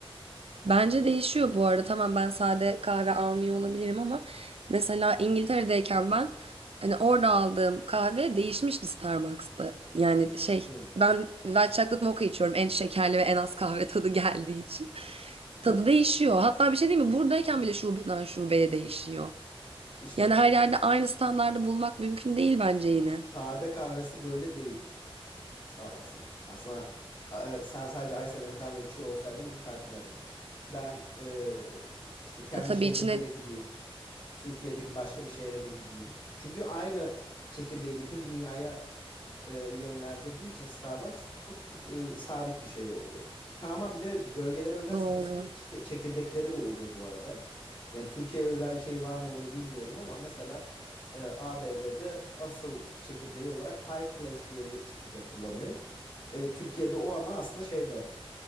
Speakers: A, on the right (about 75°); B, on the left (about 55°).
A: Bence değişiyor bu arada. Tamam ben sade kahve almıyor olabilirim ama mesela İngiltere'deyken ben hani orada aldığım kahve değişmişti Starbucks'ta. Yani şey
B: Hı.
A: ben White Chocolate Mocha içiyorum en şekerli ve en az kahve tadı geldiği için.
B: <laughs>
A: Tadı değişiyor. Hatta bir şey değil mi? Buradayken bile şubeden şubeye değişiyor.
B: İşte
A: Yani her yerde aynı standardı bulmak mümkün değil bence yine.
B: sade kahvesi böyle değil Starbucks'ın. Aslında e, sen sadece Ice Americano içiyor olsaydın bunu fark ederdin. Ben e, işte kendi
A: E, tabii
B: şehrimde
A: içine
B: de gideyim. Türkiye'deki başka bir şehre de gideyim. Çünkü aynı çekirdeği bütün dünyaya e, yönlendirdiği için Starbucks çok e, sabit bir şey oluyor. Ha ama bir de bölgelere özel
A: doğru.
B: spesifik çeke- çekirdekleri de oluyor bu arada. Yani Türkiye'ye özel bir şey var mı onu bilmiyorum ama mesela e, ABD'de asıl çekirdeği olarak Pike Place diye bir çekirdek kullanıyor. E, Türkiye'de o ama aslında şeyde